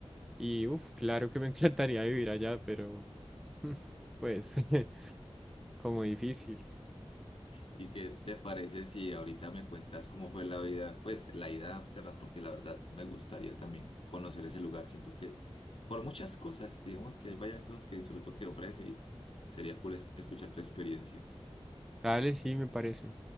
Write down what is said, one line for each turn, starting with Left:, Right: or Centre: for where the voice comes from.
Centre: Y uff, claro que me <laughs> encantaría vivir allá, pero <laughs> pues <laughs> como difícil.
Left: ¿Y qué te parece si ahorita me cuentas cómo fue la vida, pues la ida a Ámsterdam? Porque la verdad me gustaría también conocer ese lugar. Siento que por muchas cosas, digamos que hay varias cosas que disfruto que ofrece y sería cool es- escuchar tu experiencia.
Centre: Dale, sí, me parece.